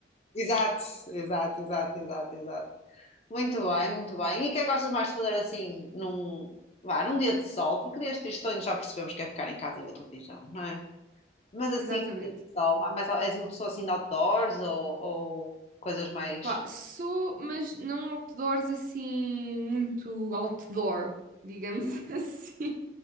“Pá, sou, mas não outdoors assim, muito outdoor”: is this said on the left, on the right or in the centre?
Right